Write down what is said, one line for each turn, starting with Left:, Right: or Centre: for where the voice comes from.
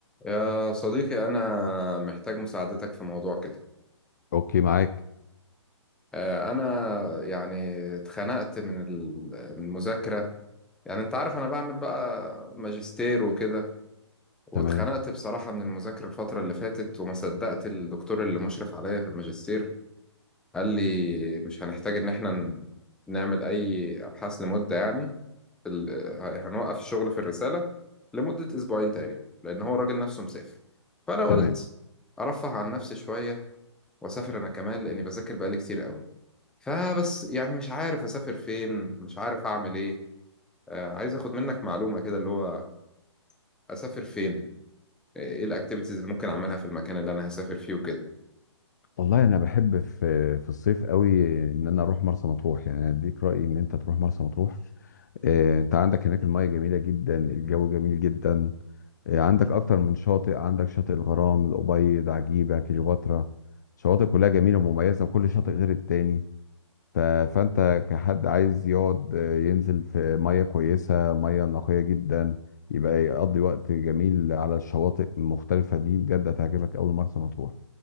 Centre: يا صديقي أنا محتاج مساعدتك في موضوع كده
Left: اوكي معاك
Centre: آه، أنا يعني اتخنقت من ال- من المذاكرة يعني أنت عارف أنا بعمل بقى ماجستير وكده واتخنقت
Left: تمام
Centre: بصراحة من المذاكرة الفترة اللي فاتت وما صدقت الدكتور اللي مشرف عليا في الماجستير قال لي مش هنحتاج إن إحنا ن- نعمل أي أبحاث لمدة يعني ال- آه، هنوقف الشغل في الرسالة لمدة أسبوعين تقريبا لأن هو الراجل نفسه مسافر فأنا قلت
Left: تمام
Centre: أرفه عن نفسي شوية واسافر انا كمان لاني بذاكر بقالي كتير قوي فبس يعني مش عارف اسافر فين مش عارف اعمل ايه آه عايز اخد منك معلومة كده اللي هو اسافر فين ايه الاكتيفيتيز اللي ممكن اعملها في المكان اللي انا هسافر فيه وكده
Left: والله انا بحب في في الصيف قوي ان انا اروح مرسى مطروح يعني أنا اديك رايي ان انت تروح مرسى مطروح آه، انت عندك هناك المياه جميله جدا الجو جميل جدا آه، عندك اكتر من شاطئ عندك شاطئ الغرام الابيض عجيبه كليوباترا شواطئ كلها جميله ومميزه وكل شاطئ غير التاني ف- فانت كحد عايز يقعد آه، ينزل في ميه كويسه ميه نقيه جدا يبقى يقضي وقت جميل على الشواطئ المختلفه دي بجد هتعجبك قوي مرسى مطروح